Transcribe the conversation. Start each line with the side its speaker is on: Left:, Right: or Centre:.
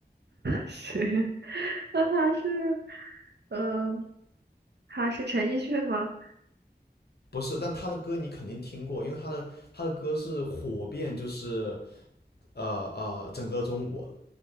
Right: 谁？<laughs> 那他是，呃，他是陈奕迅吗？
Left: 不是，但他的歌你肯定听过，因为他的他的歌是火遍就是呃呃整个中国的。